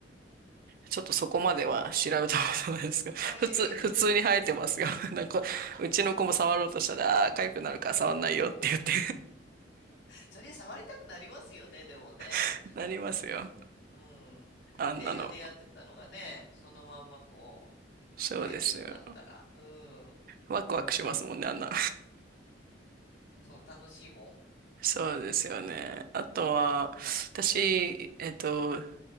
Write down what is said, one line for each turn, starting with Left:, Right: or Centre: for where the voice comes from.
Left: うー
Right: ちょっとそこまでは調べたことないですけど、
Left: ん。あ、
Right: <laughs>
Left: いやいやいやいや。
Right: 普通、普通に生えてますが、<laughs> なんか、
Left: うん。
Right: うちの子も触ろうとしたら、ああー、痒くなるから触んないよって言って
Left: それ触りたくなりますよね、でもね。
Right: <laughs> なりますよ。
Left: うん。
Right: あんなの。
Left: 映画でやってたのがね、そのまんまこう、
Right: そうですよ。
Left: 生えてるんだったら。うん。
Right: ワクワクしますもんね、あんな
Left: そう、楽しいもん。
Right: そうですよね。あとは、私、えっと、